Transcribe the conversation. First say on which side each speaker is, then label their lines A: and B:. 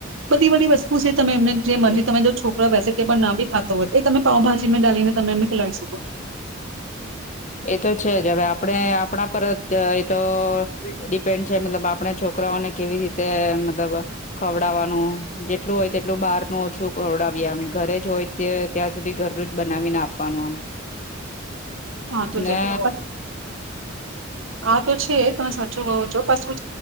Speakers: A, on the right; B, on the left.
A: બધી બધી વસ્તુ છે તમે એમને જે
B: એ
A: મ તમે જો છોકરા વેજીિટેબલ ના બી ખાતા હોય એ તમે પાઉભાજીમાં ડાલીને તમે એ ખેલાવી શકો છો
B: તો છે જ હવે આપણે આપણા પર જ એ તો ડિપેન્ડ છે મતલબ આપણે છોકરાઓને કેવી રીતે મતલબ ખવડાવવાનું જેટલું હોય તેટલું બહારનું ઓછું ખવડાવીમ ઘરે જ હોય તે ત્યાં સુધી ઘરનું જ બનાવીને આપવાનું આમ
A: હા તુંજ
B: ને
A: પ આ તો છે તમે સાચો કહો છો પછ